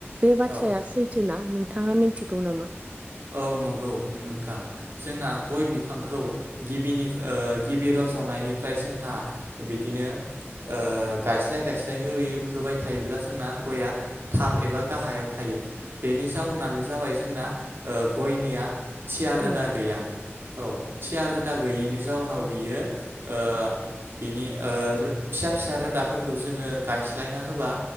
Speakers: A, on the right (about 30°); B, on the right (about 55°).
A: बे बाथ्राया
B: औ
A: सैथोना। नोंथाङा मिथिगौ नामा?
B: औ नंगौ नोंथां जोंना गय बिफांखौ गिबिनि गिबि रज'नायनिफ्राय जोंहा बिदिनो यो ओ गायस्लाय गायसन्नाय होयो होबाय थायोब्ला जोंना गया थाब एबा गा गाहायाव थायो बेनि जाउनानो जाबाय जोंना गयनिया थिया रोदा
A: औ
B: गैया औ थिय रोदा गैयिनि जाउनाव बियो ओ बिनि ओ रो फिसा फिसा रोदाफोरखौ जोङो गायस्लायना होबा।